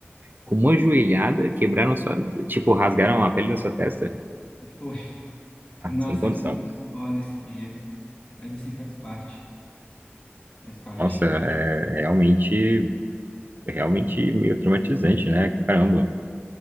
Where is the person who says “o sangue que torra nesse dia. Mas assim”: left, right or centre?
Left